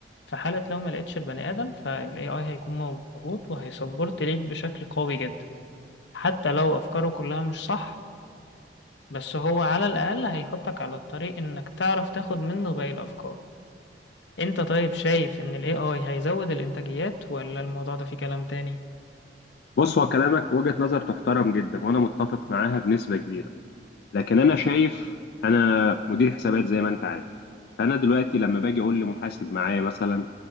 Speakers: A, on the left; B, on the left.
A: في حالة لو ما لقيتش البني ادم فالاي اي هيكون موجود وهيسبورت ليك بشكل قوي جدا حتى لو افكاره كلها مش صح بس هو على الاقل هيحطك على الطريق انك تعرف تاخد منه باقي الافكار انت طيب شايف ان الاي اي هيزود الانتاجيات ولا الموضوع ده فيه كلام تاني
B: بص هو كلامك وجهة نظر تحترم جدا وانا متفق معاها بنسبة كبيرة لكن انا شايف انا مدير حسابات زي ما انت عارف فانا دلوقتي لما باجي اقول لمحاسب معايا مثلا